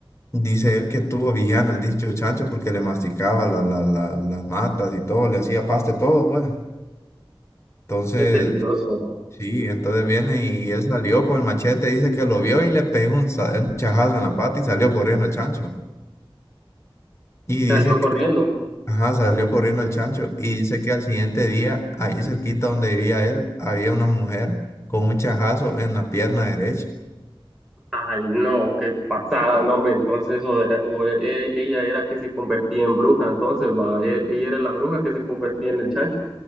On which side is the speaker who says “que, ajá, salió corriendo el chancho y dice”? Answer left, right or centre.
Left